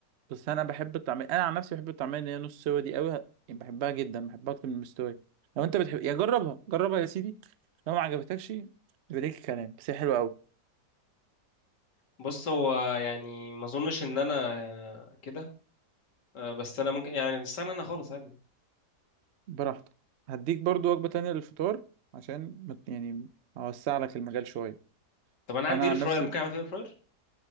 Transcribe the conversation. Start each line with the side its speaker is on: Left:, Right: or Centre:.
Right: بس انا بحب الطعميه انا عن نفسي بحب الطعميه اللي هي نص سوا دي قوي يعني بحبها جدا بحبها اكتر من المستويه لو انت بتحب يا جربها جربها يا سيدي لو ما عجبتكش يبقى ليك الكلام بس هي حلوه قوي
Left: بص هو يعني ما اظنش ان انا آه، كده آه، بس انا ممكن يعني استنى انا خالص عادي
Right: براحتك هديك برضو وجبه تانية للفطار عشان مت- يعني اوسع لك المجال شويه
Left: طب انا عندي
Right: انا
Left: اير
Right: عن
Left: فراير
Right: نفسي
Left: ممكن اعمل فيه اير فراير